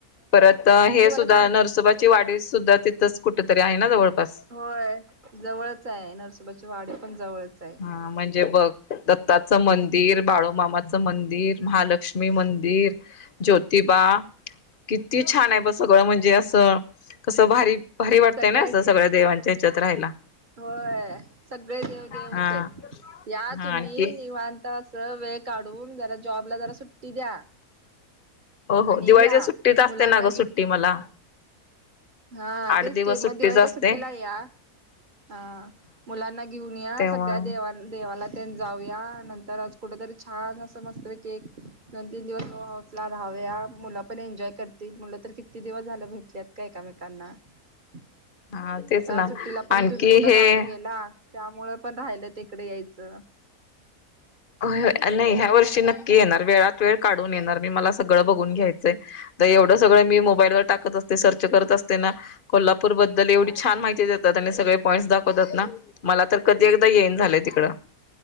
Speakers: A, on the left; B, on the right.
A: परत हे
B: तुम्हाला
A: सुद्धा
B: सारख
A: नरसोबाची वाढ सुद्धा तिथंच कुठ तरी आहे ना जवळपास.
B: होय जवळच आहे नरसोबाची वाडी पण जवळच आहे.
A: हा म्हणजे ब दत्ताचं मंदिर बाळूमामाचं मंदिर महालक्ष्मी मंदिर. ज्योतिबा किती छान आहे ब सगळं म्हणजे असं कसं भारी. भरी वाटतेय
B: सगळे
A: ना असं सगळ्या देवांच्या हिच्यात राहायला.
B: होय सगळे देव देेवच
A: हा
B: आहेत या
A: हा
B: तुम्ही
A: आणखी
B: निवांत. अस वेळ काढून जरा जॉबला जरा सुट्टी द्या.
A: हो हो
B: आणि
A: दिवाळीच्या
B: या
A: सुट्टीच असते
B: मुलांना
A: ना सुट्टी
B: ग''--''
A: मला
B: हा
A: आठ
B: तेच
A: दिवस
B: के
A: सुट्टीच
B: मग दिवाळीच्या
A: असते
B: सुट्टीला या. हा मुलांना घेऊन या
A: तेव्हा
B: सगळ्या देवा ''--'' देवाला ते जाऊया नंतर आज कुठ तरी छान असं मस्त एक. दोन तीन दिवस हो हाऊसला राहावया मुलं पण एन्जॉय करतील मुलं तर किती दिवस झालं भेटल्यात काय. एकमेकांना त्या
A: हा तेच ना
B: सुट्टीला पण
A: आणखी
B: तुम्ही कुठ
A: हे
B: गावी गेला. त्यामुळ पण राहिलं तिकडे यायचं.
A: होय, होय नाही ह्या वर्षी नक्की येणार, वेळात वेळ काढून येणार मी मला सगळं बघून घ्यायचंय. तर एवढं सगळं मी मोबाईलवर टाकत असते सर्च करत असते ना. कोल्हापूर बद्दल एवढी
B: हा
A: छान माहिती देतात आणि सगळे पॉईंट्स दाखवतात ना मला तर कधी एकदा येईन झालंय तिकड